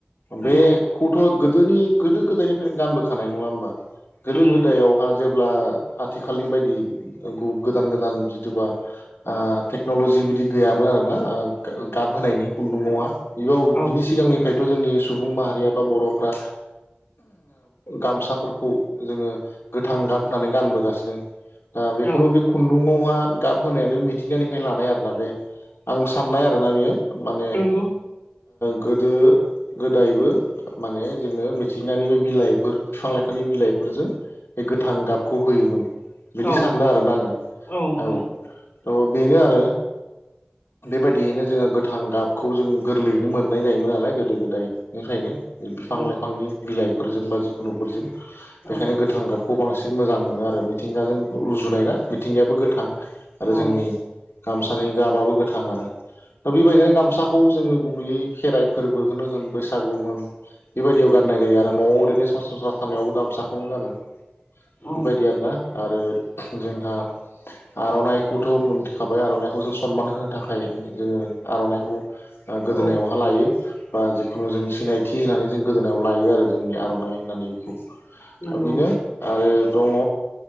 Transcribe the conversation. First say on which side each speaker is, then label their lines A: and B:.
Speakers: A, on the left; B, on the left.
A: नंगौ
B: बेखौथ' गोदोनि गोदो गोदायनिफ्रायनो गानबोखानाय नङा होमबा गोदो
A: नंगौ
B: गोदायावहाय जेब्ला आथिखालनि बायदि गोदान गोदान जिथबा टेकन'लजि बिदि गैयामोन आर ना गाब होनायनि खुन्दुङावहा बेयाव
A: औ
B: बिनि सिगांनिफ्राय खथ' जोंनि सुबुं माहारिया बा बर'फ्रा गामसाफोरखौ जोङो गोथां गाब होनानै गानबोगासिनो दा बेखौनो
A: औ
B: बे खुन्दुङावहा गाब होनायानो मिथिंगानिफ्राय लानाय आरोोना बे आं साननाय आरोोना बियो माने
A: नंगौ
B: गोदो गोदायबो माने जोङो मिथिंगानि बिलाइफोर बिफां लाइफांनि बिलाइफोरजों बे गोथां दाबखौ होयोमोन। बिदि
A: औ
B: साननो आरोना आङो
A: औ औ
B: औ त' बेनो आरो बेबायदियैनो जोङो गोथां गाबखौ जों गोरलैयैनो मोननाय जायोमोन नालाय गोदो गोदायनिफ्रायनो बिफां
A: नंगौ
B: लाइफांनि बिलाइफोरजों बा जिखुनुफोरजों
A: औ
B: बेखायनो गोथां गाब खौखौ बांसिन मोजां मोनो आरो मिथिंगाजों रुजुनाय ना मिथिंगायाबो गोथां आरो
A: औ
B: जोंनि गामसानि जाबाबो गोथां आरो दा बेबायदिनो गामसाखौ जोङो गुबैयै खेराइ फोरबोखौनो होन बैसागु होन बेबायदियाव गाननाय जायो आरो न'आव ओरैनो सरासनस्रा थानायावबो गामसाखौनो गानो
A: औ
B: बेबायदि आरोना आरो जोंहा आर'नाइखौथ' मोनथिखाबाय आर'नाइखौ जों सनमान होनो थाखाय जोङो आर'नाइखौ। गोदोनायावहा
A: औ
B: लायो बा जिखुनु जों सिनायथि होननानै जों गोदोनायाव लायो आरो जोंनि आर'नाइ होननानै बेखौ।
A: नंगौ
B: बिनो आरो। दङ